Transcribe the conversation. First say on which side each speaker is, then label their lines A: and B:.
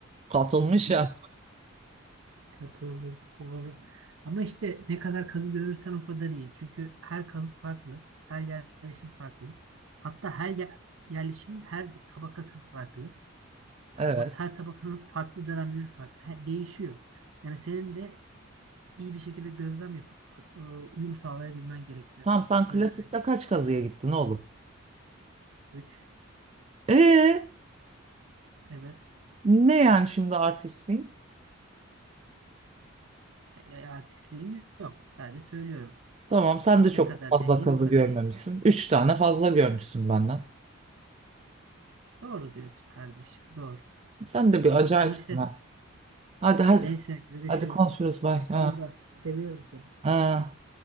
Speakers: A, on the right; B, on the right.
A: Katılmış
B: Hı hı.
A: ya.
B: Katıldım. Doğru. Ama işte ne kadar kazı görürsen o kadar iyi. Çünkü her kazı farklı. Her yerleşim farklı. Hatta her yer- yerleşimin her tabakası farklı. Ha-
A: Evet.
B: O her tabakanın farklı dönemleri farklı. Her- değişiyor. Yani senin de iyi bir şekilde gözlem yapıp e, uyum sağlayabilmen gerekiyor.
A: Tamam sen klasikte
B: Öyle söyleyeyim.
A: kaç kazıya gittin oğlum?
B: 3.
A: Ee,
B: Evet.
A: ne yani şimdi artistliğin?
B: Ya- Artistliğim yok. Sadece söylüyorum.
A: Tamam sen de çok
B: Ne kadar
A: fazla
B: deneyim
A: kazı
B: o kadar
A: görmemişsin.
B: iyi.
A: Üç tane fazla görmüşsün benden.
B: Doğru diyorsun kardeşim. Doğru.
A: Sen de bir acayipsin
B: Neyse.
A: ha. Hadi hadi.
B: Neyse. Görüşürüz.
A: Hadi konuşuruz bay. Ha,
B: Bay bay. Seviyorum seni.
A: ha.